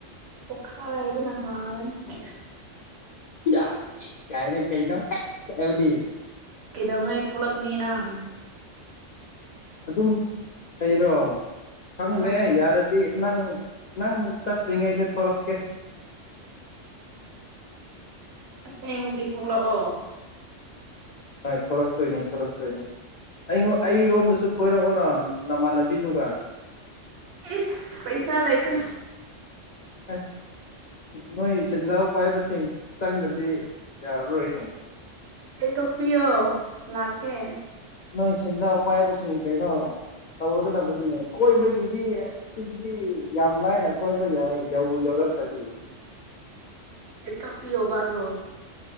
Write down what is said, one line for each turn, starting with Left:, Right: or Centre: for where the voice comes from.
Right: ꯄꯣꯈꯥꯏꯕꯅ ꯍꯥꯟꯂꯅꯤ ꯏꯁ
Left: ꯁ ꯏꯁꯀꯥꯏ ꯀꯥꯏꯅ ꯍꯥꯏꯕꯗꯤ
Right: ꯀꯗꯧꯉꯩ ꯊꯣꯛꯂꯛꯀꯅꯤ ꯅꯪ
Left: ꯑꯗꯨꯝ ꯑꯩꯔꯣ ꯈꯪꯗꯦ
Right: ꯑꯥ
Left: ꯌꯥꯔ ꯅꯪ ꯅꯪ ꯆꯠꯇ꯭ꯔꯤꯉꯩꯗ ꯊꯣꯔꯛꯀꯦ
Right: ꯑꯁꯦꯡꯕꯒꯤ ꯊꯣꯛꯂꯛꯑꯣ
Left: ꯍꯣꯏ ꯊꯣꯔꯛꯛꯇꯣꯏꯅꯦ ꯊꯣꯔꯛꯛꯇꯣꯏ ꯅꯦ ꯑꯩ ꯑꯩꯔꯣꯝꯗꯁꯨ ꯀꯣꯏꯔꯛꯑꯣꯅ ꯅꯃꯥꯟꯅꯕꯤꯗꯨꯒ
Right: ꯏꯁ ꯄꯩꯁꯥ ꯂꯩꯥꯇꯦ
Left: ꯑꯁ ꯅꯣꯏ ꯁꯦꯟꯖꯥꯎ ꯄꯥꯏꯕꯁꯤꯡ ꯆꯪꯗ꯭ꯔꯗꯤ ꯌꯥꯔꯔꯣꯏꯅꯦ
Right: ꯇꯤꯛꯀꯦꯠ ꯀꯛꯄꯤꯌꯣ ꯂꯥꯛꯀꯦ
Left: ꯅꯣꯏ ꯁꯦꯟꯖꯥꯎ ꯄꯥꯏꯕꯁꯤꯡ ꯀꯩꯅꯣ ꯇꯧꯔꯒꯗꯕꯅꯤꯅꯦ ꯀꯣꯏꯕꯒꯤꯗꯤ ꯁꯤꯗꯗꯤ ꯌꯥꯝ ꯂꯥꯏꯅ ꯀꯣꯏꯕ ꯌꯥꯏ ꯌꯧꯕꯨ ꯌꯧꯔꯛꯈꯔꯗꯤ
Right: ꯇꯤꯛꯀꯦꯠ ꯀꯛ ꯄꯤꯌꯣꯕ ꯑꯗꯣ